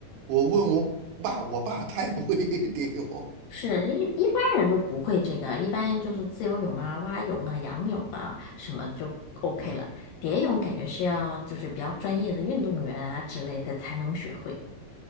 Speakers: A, on the right (about 85°); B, on the left (about 80°).
A: 我问我爸，我爸他也不会 <laughs> 蝶泳。
B: 是一一般人都不会这个，一般就是自由泳啊、蛙泳啊、仰泳啊什么就 OK
A: 嗯，
B: 了。蝶泳感觉是要就是比较专业的运动员啊之类的才能学会。